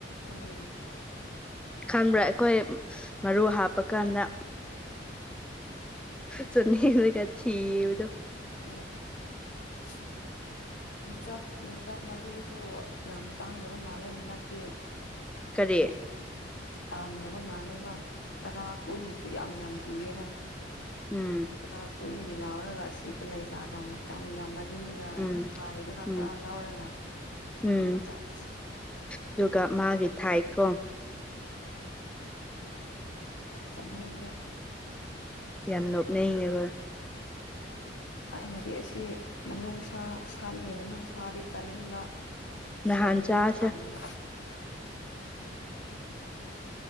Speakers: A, on the left (about 80°); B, in the centre.
A: ꯎꯝ
B: ꯈꯪꯕ꯭ꯔꯥ ꯑꯩꯈꯣꯏ ꯃꯔꯨ ꯍꯥꯞꯄ ꯀꯥꯟꯗ ꯆꯅꯤꯡꯉꯒ ꯊꯤꯕꯗꯣ
A: <unintelligible> ꯌꯣꯡꯆꯥꯛ ꯌꯣꯡꯆꯥꯛ ꯃꯔꯨꯁꯨ ꯌꯥꯝ ꯇꯥꯡꯗꯕ ꯃꯥꯜꯂꯦ ꯍꯟꯗꯛꯇꯤ
B: ꯀꯔꯤ
A: ꯇꯥꯡꯗꯕ ꯃꯥꯜꯂꯦꯕ ꯇꯔꯥ ꯀꯨꯟꯒꯤꯁꯨ ꯌꯥꯝ ꯌꯥꯝ ꯄꯤꯌꯦꯅ
B: ꯎꯝ
A: ꯇꯔꯥ ꯀꯨꯟꯒꯤ ꯂꯥꯎꯔꯒ ꯑꯁꯤ ꯀꯂꯦꯖꯥꯒꯥ ꯃꯀꯟꯒ ꯃꯥ ꯇꯤꯡꯒ
B: ꯎꯝ
A: ꯐꯥꯏꯗꯨꯒ
B: ꯎꯝ
A: ꯈꯔ ꯂꯧꯔꯒ
B: ꯎꯝ
A: ꯑꯃꯨꯛ ꯆꯥꯁꯤ
B: ꯑꯗꯨꯒ ꯃꯥꯒꯤ ꯊꯥꯏꯀꯣ
A: ꯆꯅꯤꯡꯉꯦ
B: ꯌꯥꯝ ꯅꯣꯛꯅꯤꯡꯉꯦꯕ
A: ꯑꯩꯅꯗꯤ ꯁꯤ ꯃꯅꯨꯡꯁꯥ ꯁꯟꯒꯤ ꯃꯅꯨꯡꯁꯥꯗꯤ ꯆꯥꯅꯤꯡꯕ
B: ꯅꯍꯥꯟ
A: ꯁꯦꯝꯕꯗꯨ
B: ꯆꯥꯁꯦ
A: ꯇꯟꯕ